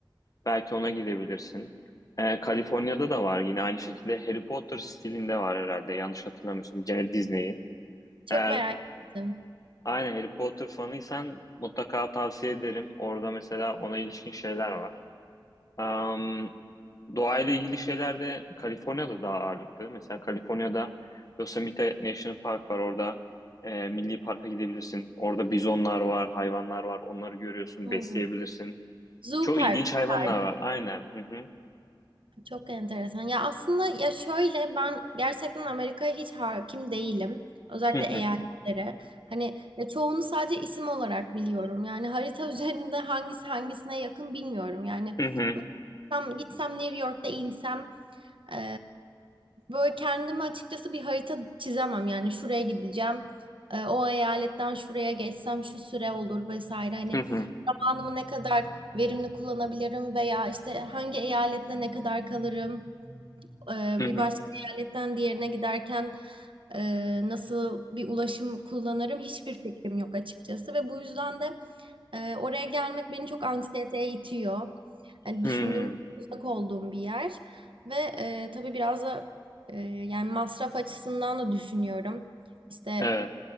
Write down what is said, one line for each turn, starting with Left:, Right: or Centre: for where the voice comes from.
Left: Belki ona gidebilirsin. E, Kaliforniya'da da var yine aynı şekilde Harry Potter stilinde var herhalde. Yanlış hatırlamıyorsam gene Disney'in.
Right: Çok
Left: Eğer
Right: merak ettim.
Left: Aynen Harry Potter fanıysan mutlaka tavsiye ederim. Orada mesela ona ilişkin şeyler var. Am, doğayla ilgili şeyler de Kaliforniya'da daha ağırlıklı. Mesela Kaliforniya'da Yosemite National Park var. Orada e, milli parka gidebilirsin. Orada bizonlar var, hayvanlar var. Onları görüyorsun,
Right: Hmm.
Left: besleyebilirsin.
Right: Zoo
Left: Çok
Right: Park.
Left: ilginç hayvanlar
Right: tarzı.
Left: var. Aynen. Hı hı.
Right: Çok enteresan. Ya aslında ya şöyle ben gerçekten Amerika'ya hiç hakim değilim. Özellikle
Left: Hı
Right: eyaletlere. Hani ya çoğunu sadece isim olarak biliyorum. Yani harita <laughs> üzerinde hangisi hangisine yakın bilmiyorum. Yani
Left: hı.
Right: tam gitsem New York'ta insem e, böyle kendimi açıkçası bir harita çizemem. Yani şuraya gideceğim. e, o eyaletten şuraya geçsem şu süre olur vesaire. Hani
Left: Hı hı.
Right: zamanımı ne kadar verimli kullanabilirim veya işte hangi eyalette ne kadar kalırım, e,
Left: Hı
Right: bir
Left: hı.
Right: başka eyaletten diğerine giderken e, nasıl bir ulaşım kullanırım hiçbir fikrim yok açıkçası ve bu yüzden de e, oraya gelmek beni çok anksiyeteye itiyor. Hani
Left: Hı
Right: düşündüğümde
Left: hı. Hı hı.
Right: uzak olduğum bir yer ve e, tabii biraz da e, yani masraf açısından da düşünüyorum. İşte
Left: Evet.